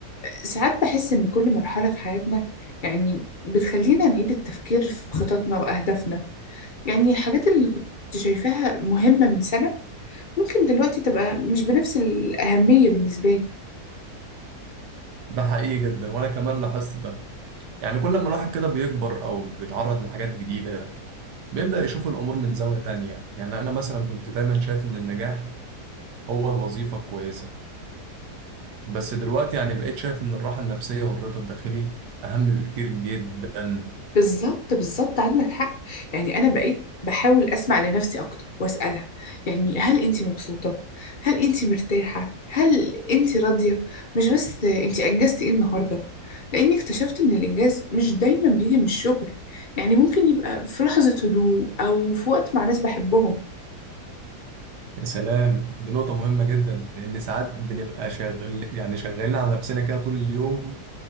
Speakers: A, on the left; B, on the right.
A: ساعات بحس ان كل مرحله في حياتنا يعني بتخلينا نعيد التفكير في خططنا واهدافنا يعني الحاجات اللي كنت شايفاها مهمه من سنه ممكن دلوقتي تبقى مش بنفس الاهميه بالنسبه لي
B: ده حقيقي جدا وأنا كمان لاحظت ده يعني كل ما الواحد كده بيكبر أو بيتعرض لحاجات جديدة بيبدأ يشوف الأمور من زاوية تانية يعني أنا مثلا كنت دايما شايف إن النجاح هو الوظيفة الكويسة بس دلوقتي يعني بقيت شايف إن الراحة النفسية والرضا الداخلي أهم بكتير جدا
A: بالظبط بالظبط عندك حق يعني انا بقيت بحاول اسمع لنفسي اكتر واسالها يعني هل انت مبسوطه هل انت مرتاحه هل انت راضيه مش بس انت انجزتي ايه النهارده لاني اكتشفت ان الانجاز مش دايما بيجي من الشغل يعني ممكن يبقى في لحظه هدوء او في وقت مع ناس بحبهم
B: يا سلام دي نقطة مهمة جدا لأن ساعات بنبقى شغال يعني شغالين على نفسنا كده طول اليوم